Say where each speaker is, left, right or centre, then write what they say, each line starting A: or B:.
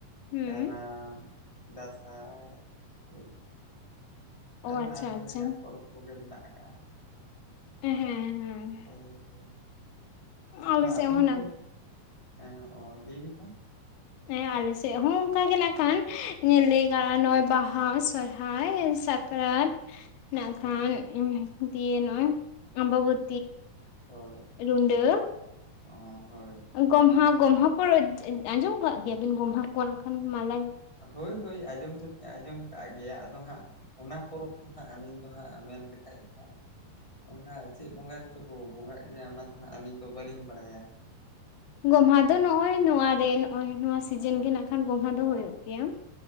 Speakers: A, on the left; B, on the left.
A: ᱦᱩᱸ
B: ᱠᱟᱨᱟᱢ᱾ ᱫᱟᱸᱥᱟᱭ ᱦᱳᱭ᱾
A: ᱚ
B: ᱟᱨᱦᱚᱸ
A: ᱟᱪᱪᱷᱟ
B: ᱟᱭᱢᱟ
A: ᱟᱪᱪᱷᱟ
B: ᱞᱮᱠᱟᱱ ᱯᱚᱨᱚᱵᱽ ᱠᱚᱜᱮ ᱢᱮᱱᱟᱜ ᱟᱠᱟᱜ-ᱟ᱾
A: ᱦᱮᱸ ᱦᱮᱸ᱾
B: ᱦᱳᱭ ᱦᱳᱭ ᱟᱫᱚ
A: ᱟᱞᱮ ᱥᱮᱫ
B: ᱟᱹᱵᱤᱱ
A: ᱦᱚᱸ
B: ᱴᱷᱮᱱ
A: ᱱᱟᱜ
B: ᱦᱮᱸ ᱚ ᱞᱟᱹᱭ ᱵᱤᱱ ᱢᱟ᱾
A: ᱮᱸ ᱟᱞᱮ ᱥᱮᱫ ᱦᱚᱸ ᱚᱱᱠᱟ ᱜᱮ ᱱᱟᱜ ᱠᱷᱟᱱ
B: ᱚ
A: ᱞᱟᱹᱭ ᱜᱟ ᱱᱚᱜᱼᱚᱭ ᱵᱟᱦᱟ ᱥᱚᱨᱦᱟᱭ ᱥᱟᱠᱨᱟᱛ ᱱᱟᱜ
B: ᱦᱳᱭ
A: ᱠᱷᱟᱱ ᱩᱸᱦ ᱫᱤᱭᱮ ᱱᱚᱜᱼᱚᱭ ᱟᱢᱵᱟᱵᱚᱛ
B: ᱦᱳᱭ᱾
A: ᱨᱩᱰᱟᱹ
B: ᱚᱻ ᱦᱳᱭ ᱾
A: ᱜᱚᱢᱦᱟ ᱜᱚᱢᱦᱟ ᱯᱚᱨᱚᱵᱽ ᱟᱸᱡᱚᱢ ᱠᱟᱜ ᱜᱮᱭᱟᱵᱤᱱ ᱜᱚᱢᱦᱟ ᱠᱚ ᱱᱟᱜ ᱠᱷᱟᱱ ᱢᱟᱞᱮ?
B: ᱦᱳᱭ ᱦᱳᱭ ᱟᱸᱡᱚᱢ ᱫᱚ ᱟᱸᱡᱚᱢ ᱠᱟᱜ ᱜᱮᱭᱟ ᱟᱫᱚ ᱦᱟᱸᱜ ᱚᱱᱟ ᱯᱚᱨᱚᱵᱽ ᱠᱚ ᱦᱟᱸᱜ ᱟᱹᱞᱤᱧ ᱫᱚ ᱦᱟᱸᱜ ᱢᱮᱱ ᱞᱮᱠᱷᱟᱡ ᱫᱚ ᱦᱟᱸᱜ ᱚᱱᱠᱟ ᱪᱮᱫ ᱵᱚᱸᱜᱟ ᱨᱮᱪᱚ ᱠᱚ ᱵᱚᱸᱜᱟᱜ ᱜᱮᱭᱟ ᱚᱱᱟ ᱫᱚ ᱦᱟᱸᱜ ᱟᱹᱞᱤᱧ ᱫᱚ ᱵᱟᱹᱞᱤᱧ ᱵᱟᱲᱟᱭᱟ ᱾
A: ᱜᱚᱢᱦᱟ ᱫᱚ ᱱᱚᱜ-ᱚᱭ ᱱᱚᱣᱟ ᱨᱮ ᱱᱚᱜᱚᱭ ᱱᱚᱣᱟ ᱥᱤᱡᱤᱱ
B: ᱚ
A: ᱜᱮ ᱱᱟᱜᱠᱷᱟᱱ᱾ ᱜᱚᱢᱦᱟ ᱫᱚ
B: ᱚ
A: ᱦᱩᱭᱩᱜ ᱜᱮᱭᱟ